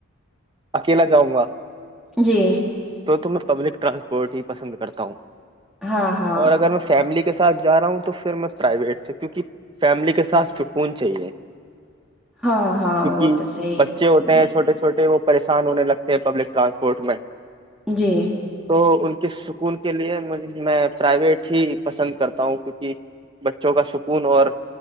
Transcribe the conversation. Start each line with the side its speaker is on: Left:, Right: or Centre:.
Right: اکیلا جاؤں گا
Centre: جی
Right: تو تو میں پبلک ٹرانسپورٹ ہی پسند کرتا ہوں
Centre: ہاں ہاں
Right: اور اگر میں فیملی کے ساتھ جا رہا ہوں تو پھر میں پرائیویٹ سے کیونکہ فیملی کے ساتھ سکون چاہیے
Centre: ہاں ہاں
Right: کیونکہ
Centre: وہ تو صحیح
Right: بچے
Centre: ہے
Right: ہوتے
Centre: جی
Right: ہیں چھوٹے چھوٹے وہ پریشان ہونے لگتے ہیں پبلک ٹرانسپورٹ میں
Centre: جی
Right: تو ان کی سکون کے لیے مج میں پرائیویٹ ہی پسند کرتا ہوں کیونکہ بچوں کا سکون اور